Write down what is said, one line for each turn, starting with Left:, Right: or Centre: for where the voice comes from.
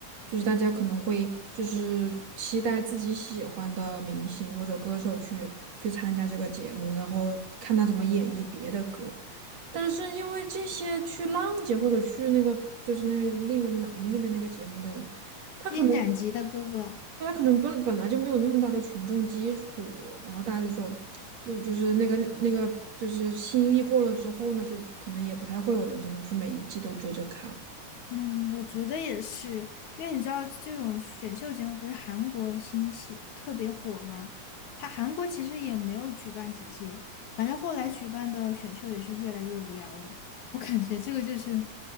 Right: 就是大家可能会就是期待自己喜欢的明星或者歌手去去参加这个节目，然后看他怎么演绎别的歌。但是因为这些去浪姐或者去那个就是那个另一个男的那边那个节目的人，他可能
Left: 《金荆斩的哥哥》
Right: 他可能本本来就没有那么大的群众基础，然后大家就说，就就是那个那个就是新意过了之后呢，就可能也不太会有人真的去每一季都追着看。
Left: 嗯，我觉得也是，因为你知道这种选秀节目不是韩国兴起特别火嘛，它韩国其实也没有举办几届，反正后来举办的选秀也是越来越无聊了。我感觉这个就是，